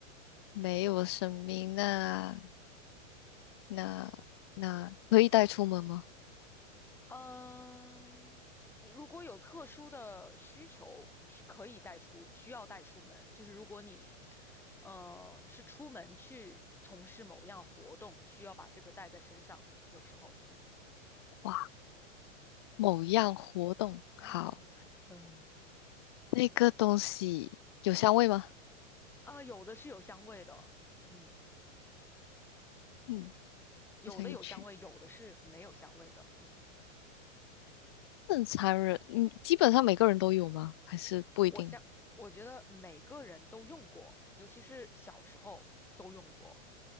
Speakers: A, on the left; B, in the centre.
A: 没有生命，那那那可以带出门吗？
B: 嗯、你如果有特殊的需求，需可以带出，需要带出门，就是如果你，呃，是出门去从事某样活动，需要把这个带在身上，有时候，嗯，
A: 哇，某样活动，好，
B: <laughs> 嗯，
A: 那个东西有香味吗？
B: 啊、有的是有香味的，嗯，
A: 嗯，
B: 有的有香味，
A: 非常有趣。
B: 有的是没有香味的，嗯。
A: 正常人，嗯，基本上每个人都有吗？还是不一定？
B: 我想，我觉得每个人都用过，尤其是小时候都用过，